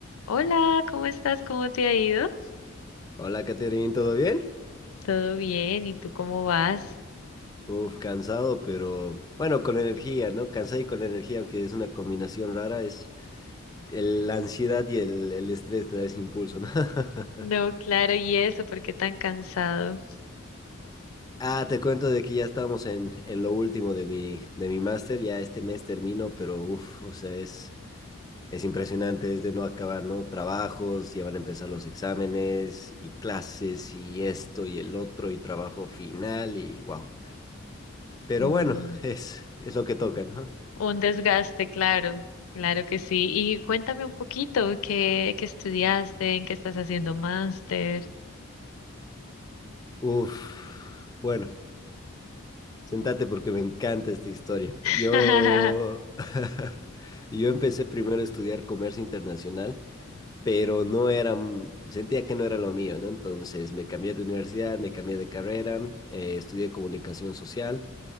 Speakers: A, on the left; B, on the left.
A: Hola, ¿cómo estás? ¿Cómo te ha ido?
B: Hola, Caterín, ¿todo bien?
A: ¿Todo bien? ¿Y tú cómo vas?
B: Uf, cansado, pero bueno, con energía, ¿no? Cansado y con energía, aunque es una combinación rara, es el- la ansiedad y el, el estrés te da ese impulso, ¿no?
A: No,
B: <laughs>
A: claro, ¿y eso? ¿Por qué tan cansado?
B: Ah, te cuento de que ya estamos en, en lo último de mi, de mi máster, ya este mes termino, pero uf, o sea, es, es impresionante, es de no acabar, ¿no? Trabajos, ya van a empezar los exámenes y clases y esto y el otro y trabajo final y wow. Pero
A: Un,
B: bueno, <laughs> es, es lo que toca, ¿no?
A: un desgaste, claro, claro que sí. Y cuéntame un poquito, ¿qué, qué estudiaste? ¿En qué estás haciendo máster?
B: Uf, bueno, sentate porque me encanta esta historia.
A: <laughs>
B: Yo, <laughs> yo empecé primero a estudiar comercio internacional, pero no era, sentía que no era lo mío, ¿no? Entonces me cambié de universidad, me cambié de carrera, eh, estudié comunicación social